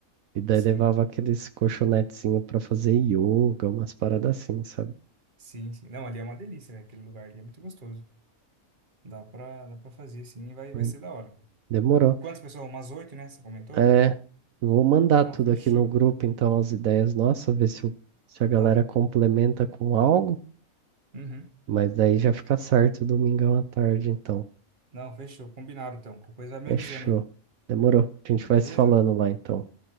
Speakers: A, on the right; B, on the right.
A: E daí
B: sim,
A: levava aqueles colchonetezinhos pra fazer yoga, umas paradas assim, sabe?
B: sim, sim. Não, ali é uma delícia, velho. Aquele lugar ali é muito gostoso. Dá pra, dá pra fazer, sim, e vai,
A: Mas
B: vai ser da hora.
A: Demorou.
B: Quantas pessoas? Umas oito, né? Você comentou?
A: É, vou mandar
B: Não,
A: tudo
B: fechou.
A: aqui no grupo, então, as ideias nossas, ver se, o- se a galera
B: Tá.
A: complementa com algo.
B: Uhum.
A: Mas daí já fica certo, domingão à tarde, então.
B: Não, fechou. Combinado, então. Qualquer coisa vai me
A: Fechou.
B: avisando aí.
A: Demorou. A gente
B: Beleza?
A: vai se falando lá, então.